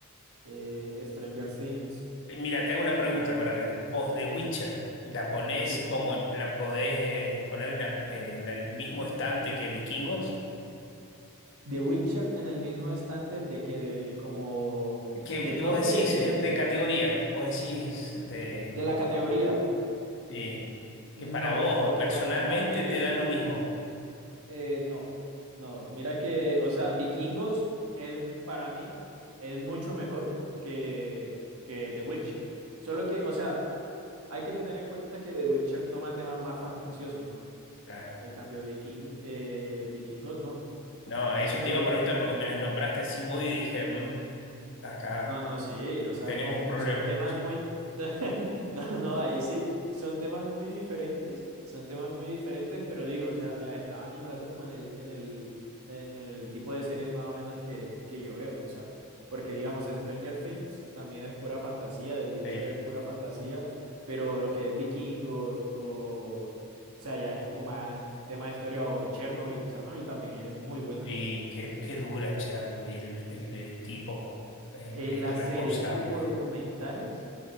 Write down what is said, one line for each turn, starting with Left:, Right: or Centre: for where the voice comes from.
Right: eh, Stranger Things,
Left: Mira, te hago una
Right: eh,
Left: pregunta para ver. Vos, The Witcher, ¿la ponés
Right: sí.
Left: como en- la podés eh, poner en, la- en el mismo estante que Vikingos?
Right: The Witcher en el mismo estante de que de- como
Left: Que
Right: de
Left: vos
Right: top de
Left: decís
Right: series,
Left: eh, de categoría, vos decís de...
Right: de la categoría.
Left: Sí,
Right: No,
Left: que para vos
Right: porque
Left: personalmente
Right: para, para mí Vikingos...
Left: te dan lo mismo.
Right: Eh, no, no, mira que, o sea, Vikingos es, para mí es mucho mejor que, que The Witcher. Solo que, o sea, hay que tener en cuenta que The Witcher toma temas más fantasiosos, ¿no?
Left: Claro.
Right: Al cambio, Viking, eh, Vikingos no.
Left: No, eso
Right: Entonces,
Left: te iba a preguntar porque me las nombraste así muy y dije, "Mm, acá
Right: No, no, sí, o sea,
Left: tenemos
Right: no,
Left: un problema.
Right: son temas muy, <laughs> no, no, ahí sí, son temas muy diferentes, son temas muy diferentes, pero digo, o sea, la estaba nombrando como en el, en el, en el, en el tipo de series más o menos que, que yo veo, o sea, porque digamos, Stranger Things también es pura fantasía, The Witcher
Left: Sí.
Right: es pura fantasía, pero lo que es Vikingos o, o sea, ya es como más tema de historia o Chernobyl, Chernobyl también es muy buena.
Left: Y qué, qué dura Chernobyl, el, el tipo, el,
Right: Eh,
Left: el
Right: las
Left: responsable.
Right: series tipo documentales.